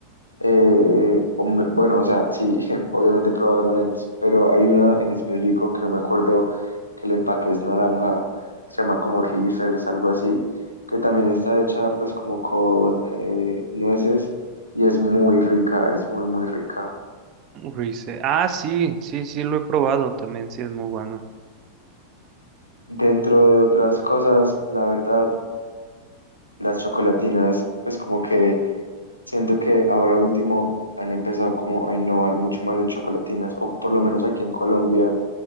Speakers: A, on the left; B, on the right.
A: Eh, o me- bueno, o sea, sí, <laughs> obviamente he probado M&M's, pero hay una en específico que no me acuerdo, que el empaque es naranja, se llama como Reese's, algo así, que también está hecha pues como con eh, nueces y es muy rica, es muy, muy rica.
B: Rice- Ah, sí, sí, sí, lo he probado también, sí, es muy bueno.
A: Dentro de otras cosas, la verdad, las chocolatinas, pues como que siento que ahora último han empezado como a innovar mucho más en chocolatinas, o por lo menos aquí en Colombia